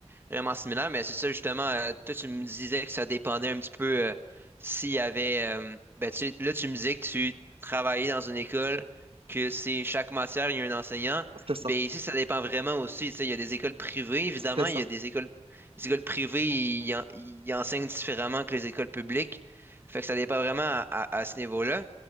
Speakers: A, on the right (about 20°); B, on the right (about 55°).
A: vraiment similaire, mais c'est ça justement. euh, toi, tu me disais que ça dépendait un petit peu euh, s'il y avait, euh, ben, tu, sais, là, tu me disais que tu travaillais dans une école, que c'est chaque matière il y a un enseignant.
B: C'est ça,
A: Ben ici, ça dépend vraiment aussi. Tu sais, il y a des écoles privées, évidemment,
B: c'est ça.
A: il y a des écoles, les écoles privées, ils en- ils enseignent différemment que les écoles publiques. Fait que ça dépend vraiment à, à- à ce niveau-là.